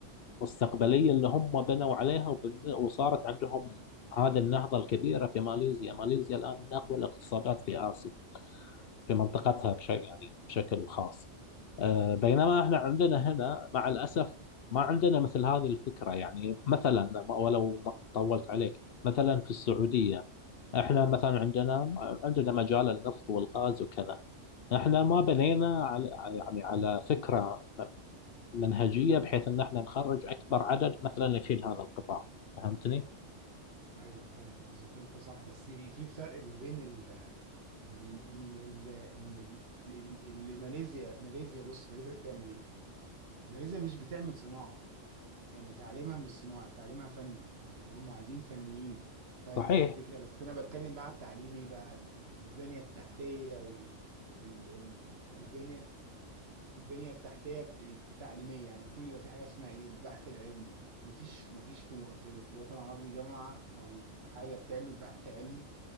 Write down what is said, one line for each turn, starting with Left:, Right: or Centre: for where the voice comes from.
Left: المستقبلية اللي هم بنوا عليها وبن- وصارت عندهم هذه النهضة الكبيرة في ماليزيا ماليزيا الآن من أقوى الاقتصادات في آسيا في منطقتها بشكل يعني بشكل خاص آه، بينما احنا عندنا هنا مع الأسف ما عندنا مثل هذه الفكرة يعني مثلا ولو ما طولت عليك مثلا في السعودية احنا مثلا عندنا عندنا مجال النفط والغاز وكذا احنا ما بنينا على يعني على فكرة منهجية بحيث ان احنا نخرج اكبر عدد مثلا يفيد هذا القطاع فهمتني؟
Right: ايوه فاهم قصدك وانت صح بس في فرق ما بين ال ان ان ال ان ال- ال- اللي ماليزيا ماليزيا بص ماليزيا بتعمل ايه؟ ماليزيا مش بتعمل صناعة يعني تعليمها مش صناعي تعليمها فني يعني هم عايزين فنيين فاهم
Left: صحيح
Right: الفكرة بس أنا بتكلم بقى على التعليم إيه بقى البنية التحتية وال ال... ال... البنية البنية التحتية التعليمية يعني المفروض يبقى في حاجة اسمها إيه البحث العلمي مفيش مفيش في في, في الوطن العربي جامعة أو حاجة بتعمل بحث علمي